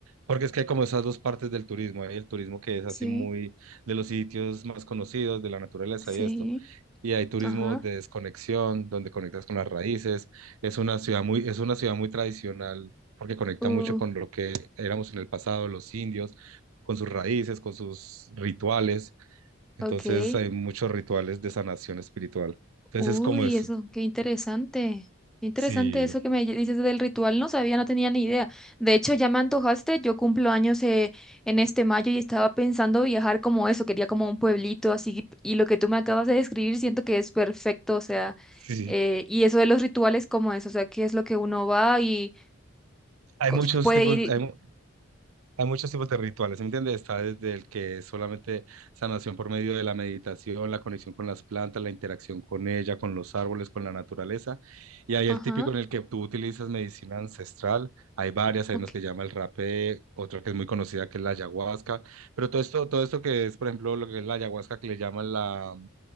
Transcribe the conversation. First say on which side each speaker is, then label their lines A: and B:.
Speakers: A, on the right; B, in the centre.
A: Porque es que hay como esas dos partes del turismo, hay el turismo que es
B: sí,
A: así muy de los sitios más conocidos, de la naturaleza
B: sí,
A: y esto y hay turismo
B: ajá,
A: de desconexión, donde conectas con las raíces. Es una ciudad muy, es una ciudad muy tradicional porque conecta
B: uh,
A: mucho con lo que éramos en el pasado, los indios, con sus raíces, con sus rituales. Entonces
B: ok.
A: hay muchos rituales de sanación espiritual. Entonces
B: Uy,
A: es como es,
B: eso, qué interesante. Qué interesante
A: sí,
B: eso que me dices del ritual. No sabía, no tenía ni idea. De hecho, ya me antojaste. Yo cumplo años eh, en este mayo y estaba pensando viajar como eso. Quería como un pueblito así. Y lo que tú me acabas de describir siento que es perfecto. O sea,
A: sí. sí.
B: eh, y eso de los rituales, como es? O sea, ¿qué es lo que uno va y
A: Hay
B: cos-
A: muchos
B: puede
A: tipos,
B: ir? y-
A: hay, Hay muchos tipos de rituales, ¿sí ¿me entiendes? Está desde el que es solamente sanación por medio de la meditación, la conexión con las plantas, la interacción con ella, con los árboles, con la naturaleza. Y hay
B: Ajá,
A: el típico en el que tú utilizas medicina ancestral. Hay varias, hay
B: ok,
A: unos que llama el rapé, otra que es muy conocida que es la ayahuasca. Pero todo esto, todo esto que es, por ejemplo, lo que es la ayahuasca que le llaman la,